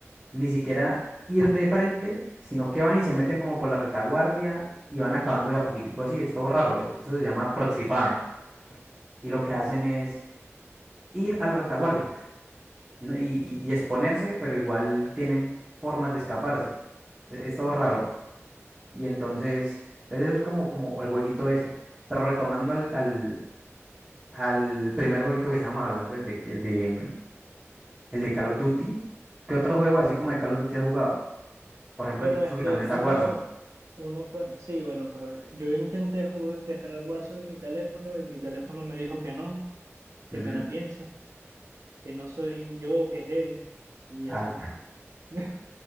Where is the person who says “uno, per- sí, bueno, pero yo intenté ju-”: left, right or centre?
Right